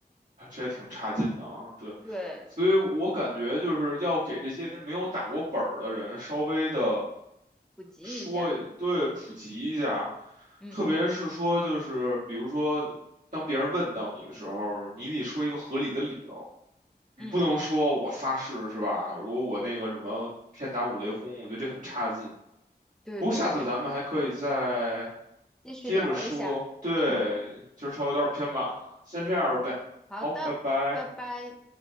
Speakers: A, on the right (about 50°); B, in the centre.
A: 啊这也挺差劲的啊，对，
B: 对，
A: 所以我感觉就是要给这些没有打过本儿的人稍微的
B: 普及一下，
A: 说一对，普及一下，
B: 嗯
A: 特别是说就是比如说当别人问到你的时候，你得说一个合理的理由，你不能说我发誓是吧？
B: 嗯，
A: 如果我那个什么天打五雷轰，我觉得这很差劲。
B: 对对对，
A: 不过下次咱们还可以再
B: 继续聊一下，
A: 接着说，对，
B: 嗯。
A: 今儿稍微有点偏晚了，先这样呗，
B: 好的，
A: 好，拜拜。
B: 拜拜。